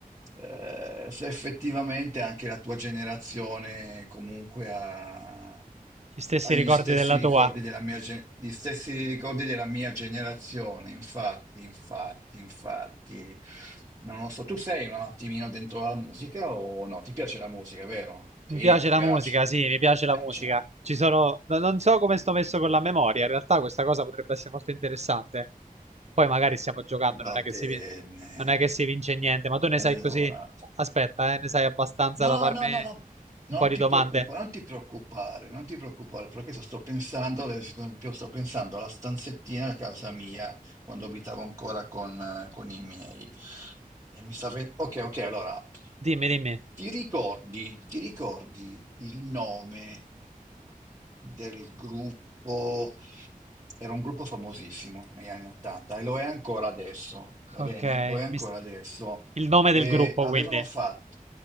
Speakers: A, on the right; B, on the right.
A: eh, se effettivamente anche la tua generazione comunque ha
B: gli stessi
A: agli
B: ricordi
A: stessi
B: della
A: ricordi
B: tua.
A: della mia, ge- gli stessi ricordi della mia generazione. Infatti, infatti, infatti, non lo so. Tu sei un attimino dentro la musica o no? Ti piace la musica, vero? Sì,
B: Mi piace
A: ti
B: la
A: piace,
B: musica, sì, mi piace
A: ti piace.
B: la musica. Ci sono... no- Non so come sto messo con la memoria, in realtà questa cosa potrebbe essere molto interessante. Poi magari stiamo giocando, non
A: Va
B: è
A: bene.
B: che si, vin- non è che si vince niente, ma tu ne
A: Allora.
B: sai così? Aspetta, eh, ne sai abbastanza
A: No,
B: da farmi
A: no, no,
B: un
A: no, no. non
B: po' di
A: ti
B: domande.
A: preoccupare, non ti preoccupare, non ti preoccupare, perché adesso sto pensando, ad esempio, sto pensando alla stanzettina a casa mia, quando abitavo ancora con, eh, con i miei. E mi sta ven- Ok, ok, allora,
B: Dimmi, dimmi.
A: ti ricordi, ti ricordi il nome del gruppo? Era un gruppo famosissimo negli anni 80 e lo è ancora adesso, va
B: Ok,
A: bene? Lo è ancora
B: mi s-
A: adesso
B: il nome
A: e
B: del gruppo,
A: avevano
B: quindi.
A: fatto